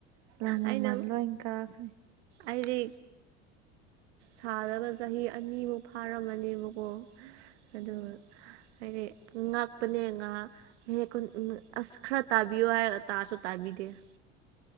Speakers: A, on the right; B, on the right.
A: ꯏ ꯃꯃꯅꯤꯂ
B: ꯑꯩꯅ
A: ꯀꯈ꯭ꯔꯦ
B: ꯑꯩꯗꯤ ꯁꯥꯗꯕ ꯆꯍꯤ ꯑꯅꯤꯃꯨꯛ ꯐꯥꯔꯝꯃꯅꯦꯕꯀꯣ ꯑꯗꯣ
A: ꯎꯝ
B: ꯍꯥꯏꯗꯤ ꯉꯥꯛꯄꯅꯦ ꯉꯍꯥꯛꯦꯛꯨ ꯑꯁ ꯈꯔ ꯇꯥꯕꯤꯌꯨ ꯍꯥꯏꯔ ꯇꯥꯁꯨ ꯇꯥꯕꯤꯗ ꯇ